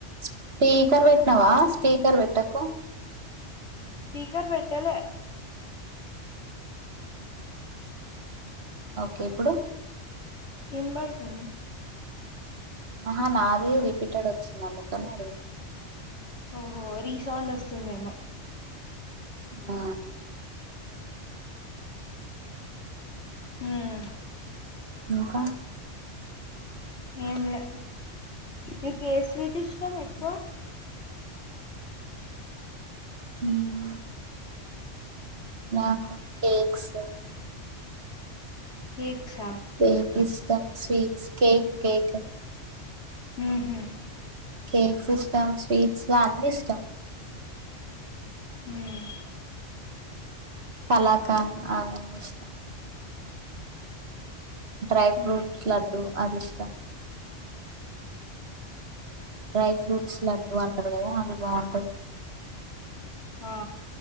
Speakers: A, on the right (about 60°); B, on the left (about 65°).
A: స్పీకర్ పెట్టినావా స్పీకర్ పెట్టకు
B: స్పీకర్ పెట్టలేె
A: ఓకే ఇప్పుడు
B: ఎన్బడుతుంది
A: ఆహా నాది రిపీటెడ్ వచ్చింది అందుకని అడుగ్
B: ఓహో రీసౌండ్ వస్తుందేమో
A: ఆ
B: ఉమ్
A: ఇంకా
B: ఏం లే మీకు ఏ స్వీట్ ఇష్టం ఎక్కువ
A: <inaudible> నాకు కేక్స్
B: లేక్స్ ఆహ్
A: కేక్ ఇష్టం స్వీట్స్ కేక్ కేక్
B: ఉహ్మ్
A: కేక్స్ ఇష్టం స్వీట్స్ అన్నిష్టం
B: ఉమ్
A: కళాకాంద్ అవన్నీష్టం డ్రై ఫ్రూట్స్
B: ఉమ్
A: లడ్డూ అదిష్టం డ్రై ఫ్రూట్స్ లడ్డు అంటారు కదా అది బాగుంటది
B: ఆ